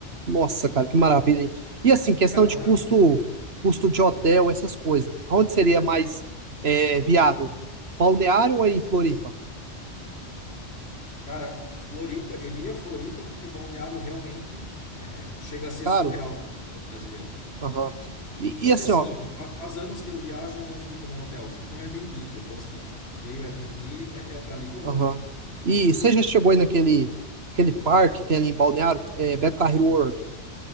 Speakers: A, on the right; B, on the left.
A: Nossa, cara, que maravilha, hein? E assim, questão
B: Cara, é
A: de
B: uma maravilha.
A: custo, custo de hotel, essas coisas. Onde seria mais é, viável? Balneário ou é em Floripa?
B: Cara, Floripa, eu diria Floripa porque Balneário realmente é, é, chega a
A: É
B: ser
A: caro?
B: surreal para o padrão brasileiro,
A: Aham.
B: né?
A: E,
B: Só
A: e assim,
B: que assim,
A: ó,
B: tá, fa- faz anos que eu viajo e não fico num hotel, eu fico em Airbnb. Depois que veio o Airbnb, é, é para ali que eu
A: Aham.
B: vou.
A: E você já chegou aí naquele aquele parque que tem ali em Balneário? É, Beto Carreiro World.